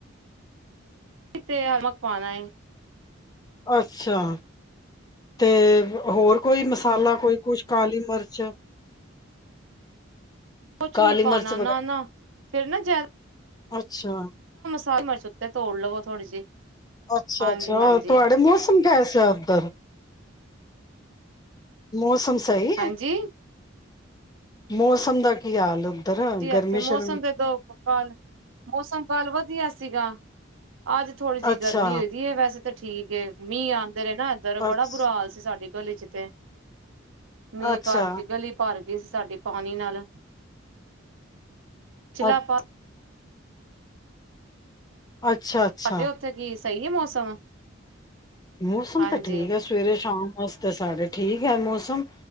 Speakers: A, on the right; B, on the left.
A: ਕਿਥੇ ਹ ਲਮਕ ਪਾਉਣਾ ਏ।
B: ਅੱਛਾ। ਤੇ ਹੋਰ ਕੋਈ ਮਸਾਲਾ ਕੋਈ ਕੁਛ ਕਾਲੀ ਮਿਰਚ
A: ਕੁਛ
B: ਕਾਲੀ
A: ਨੀ ਪਾਉਣਾ
B: ਮਿਰਚ
A: ਨਾ-ਨਾ ਫਿਰ ਨਾ ਜ
B: ਅੱਛ ਅੱਛਾ।
A: ਸਾਰੀ ਮਿਰਚ ਉੱਤੇ ਤੋੜ ਲਵੋ ਥੋੜੀ ਜਿਹੀ।
B: ਅੱਛਾ-ਅੱਛਾ
A: ਹਾਂਜੀ ਹਾਂਜੀ
B: ਤੁਹਾਡੇ ਮੌਸਮ ਕੈਸੇ ਆ ਉੱਧਰ? ਮੌਸ ਮੋਸ ਸਹੀ
A: ਹਾਂਜੀ
B: ਹੈ। ਮੌਸਮ ਦਾ ਕੀ ਹਾਲ ਉੱਧਰ
A: ਜੀ,
B: ਗਰਮੀ
A: ਇੱਥੇ ਮੌਸਮ
B: ਸ਼ਰਮ
A: ਦੇ, ਦੋ ਹਾਲ ਮੌਸਮ ਕੱਲ ਵਧੀਆ ਸੀ। ਸੀਗਾ। ਅੱਜ ਥੋੜ੍ਹੀ ਜਿਹੀ
B: ਅੱਛਾ,
A: ਗਰਮੀ ਹੋਈਦੀ ਹੈ ਵੈਸੇ ਤੇ ਠੀਕ ਹੈ ਮੀਂਹ ਆਉ ਇੱਧਰ ਨਾ ਇੱਧਰ
B: ਅੱਛ
A: ਬੜਾ ਬੁਰਾ ਹਾਲ ਸੀ ਸਾਡੀ ਗਲੀ ਚ ਤੇ। ਮੀਂਹ
B: ਅੱਛਾ,
A: ਕਰਕੇ ਗਲੀ ਭਰ ਗਈ ਸੀ ਸਾਡੀ। ਪਾਣੀ ਨਾਲ। ਚਲ
B: ਅ
A: ਆਪਾ
B: <inaudible> ਅੱਛਾ-ਅੱਛਾ।
A: ਤੁਹਾਡੇ ਉੱਥੇ ਕੀ ਸਹੀ ਹੈ ਮੌਸਮ।
B: ਮੌਸਮ
A: ਹਾਂਜੀ
B: ਤਾਂ ਠੀਕ ਹੈ ਸਵੇਰੇ- ਸ਼ਾਮ। ਅੱਜ ਤੇ ਸਾਡੇ ਠੀਕ ਹੈ ਮੌਸਮ